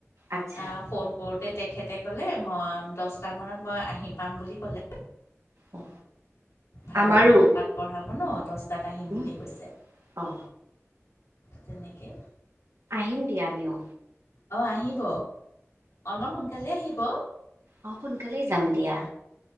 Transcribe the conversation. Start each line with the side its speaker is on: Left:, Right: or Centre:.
Right: আচ্ছা
Left: অ' ফোন কৰ তেখেতে ক'লে মই দহটা মানত মই আহি পাম বুলি ক'লে।
Right: অ
Left: ভাগৱত
Right: আমাৰো
Left: পাঠ পঢ়াব ন দহ তাত আহিম বুলি
Right: উম
Left: কৈছে,
Right: অ
Left: তেনেকেই
Right: আহিম দিয়া আমিও।
Left: অ' আহিব, অলপমান সোনকালে আহিব।
Right: অ' সোনকালেই যাম দিয়া।